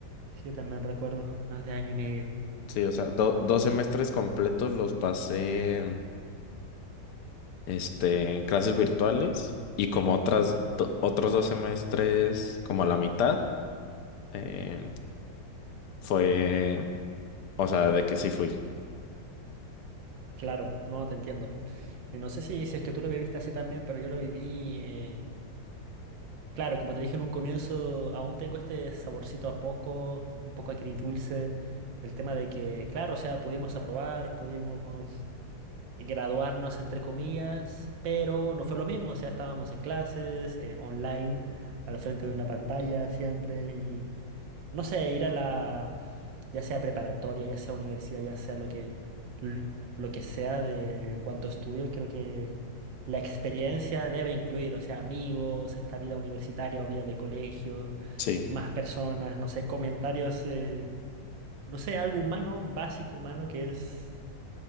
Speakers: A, on the right; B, on the left.
A: sí, yo también recuerdo, más de año y medio.
B: Sí, o sea, do- dos semestres completos los pasé, este, en clases virtuales y como otras, do- otros dos semestres, como la mitad, eh, fue, o sea, de que sí fui.
A: Claro, no, te entiendo. Y no sé si, si es que tú lo viviste así también, pero yo lo viví... eh, Claro, como te dije en un comienzo, aún tengo este saborcito a poco, un poco agridulce. El tema de que, claro, o sea, pudimos aprobar, pudimos graduarnos, entre comillas, pero no fue lo mismo. O sea, estábamos en clases, eh, online, al frente de una pantalla siempre, y no sé, ir a la, ya sea preparatoria, ya sea universidad, ya sea lo que, l- lo que sea de, en cuanto a estudio, creo que la experiencia debe incluir, o sea, amigos, esta vida universitaria o vida de colegio,
B: Sí.
A: más personas, no sé, comentarios, eh, no sé, algo humano, básico humano, que es